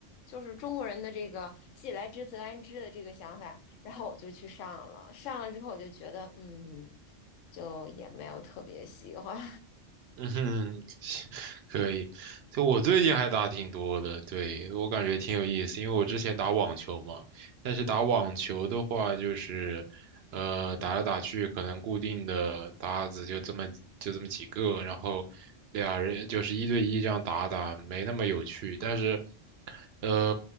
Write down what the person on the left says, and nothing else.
就是中国人的这个既来之则安之的这个想法，然后我就去上了，上了之后我就觉得，嗯，就也没有特别喜欢，